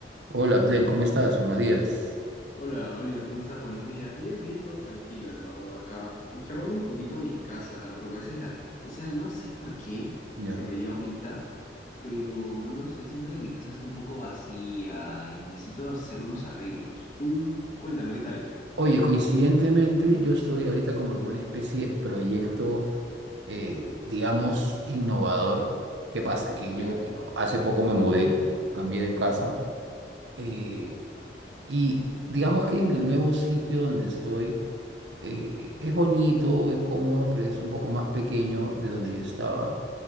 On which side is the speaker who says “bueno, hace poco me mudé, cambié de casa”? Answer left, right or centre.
Right